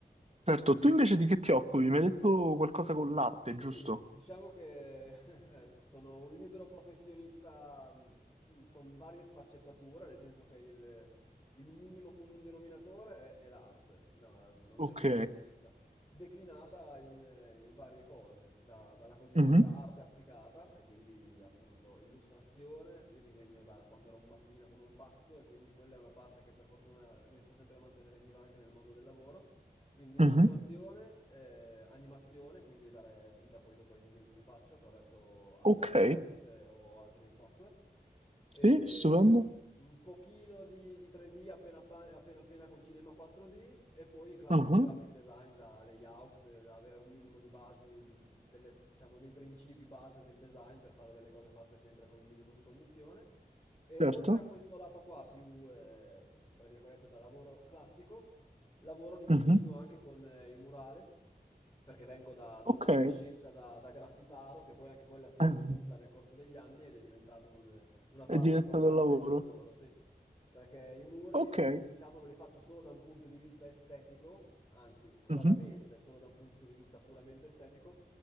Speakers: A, on the right (about 40°); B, on the left (about 25°).
A: Certo, tu invece di che ti occupi? Mi hai detto qualcosa con l'arte,
B: Sì,
A: giusto?
B: diciamo che <laughs> sono un libero professionista mh, s- mh, con varie sfaccettature, nel senso che il, il minimo comune denominatore è, è l'arte, da, da un
A: Ok,
B: certo punto di vista, declinata in, eh, in varie cose, da- dalla cosiddetta
A: Mhm,
B: arte applicata, e quindi appunto illustrazione, io disegno da quando ero un bambino come un pazzo, e quindi quella è una parte che per fortuna riesco sempre a mantenere viva anche nel mondo del lavoro. Quindi illustrazione,
A: mhm.
B: eh, animazione, quindi dare vita poi dopo ai disegni che faccio attraverso After
A: Ok,
B: Effects eh, o altri software. E
A: sì, stupendo.
B: un pochino di, di 3D appena, appa- appena appena con Cinema 4D e poi classico
A: Mhm,
B: graphic design da layout, eh, da avere un minimo di basi, del- delle- diciamo dei principi base del design per fare delle cose fatte sempre con un minimo di cognizione. E
A: Certo,
B: oltre a questo lato qua più, eh, tra virgolette, da lavoro classico, Lavoro di continuo
A: Mhm.
B: anche con eh, i murales, perché vengo da, da
A: Ok,
B: un'adolescenza da, da graffitaro, che poi anche quella si è
A: <laughs>
B: evoluta nel corso degli anni ed è diventata un- una
A: è
B: parte
A: diventato
B: importante
A: un lavoro.
B: del mio lavoro, sì. Perché i muri,
A: Ok.
B: diciamo, non li faccio solo da un punto di vista estetico, anzi, raramente
A: Mhm.
B: solo da un punto di vista puramente estetico,